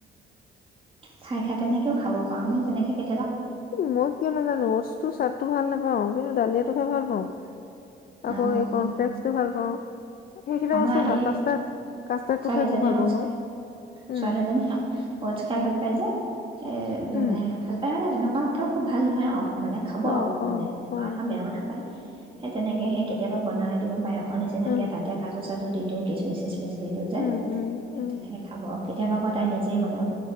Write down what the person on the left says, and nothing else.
উম, মই কিয় নাজানো ওটচ্‌টোৰ স্বাদটো ভাল নাপাওঁ কিন তু ডালিয়াটো খাই ভাল পাওঁ। আকৌ
এই কৰ্ণফ্লেস্কটো ভাল পাওঁ। সেইকেইটা
বস্তুয়ে হয়
কাষ্টাৰ্ড কাষ্টাৰ্ডটো
খাই খুব ভাল
পাওঁ মই
উম
উম
অ
অ
অ
উম
উম উম
উম